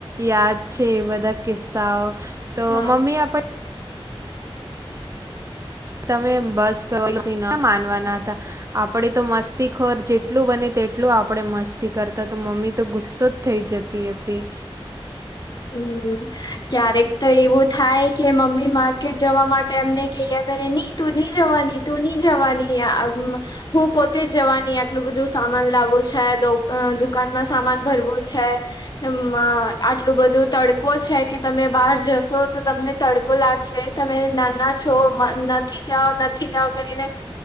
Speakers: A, on the right; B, on the left.
A: યાદ છે એ બધા કિસ્સાઓ તો
B: હા
A: મમ્મી આપડ તમે બસ કરો. ક્યાં માનવાના હતા આપડે તો મસ્તી ખોર જેટલું બને તે તેટલું આપણેે મસ્તી કરતા તો મમ્મી તો ગુસ્સો જ થઈ જતી હતી.
B: <inaudible> હમ ક્યારેક તો એવું થાય કે મમ્મી માર્કેટ જવા માટે એમને કેયા કરે ની તું નહીં જવા તું નહી જવાની હું પોતે જ જવાની આટલું બધું સામાન લાવું છે. દુકાનમાં સામાન ભરવું છે આટલું બધું. બધું તડકો છે કે તમે બહાર જશો તો તમને તડકો લાગશે તમે નાના છો. નથી જાઓ નથી જાઓ કરીને.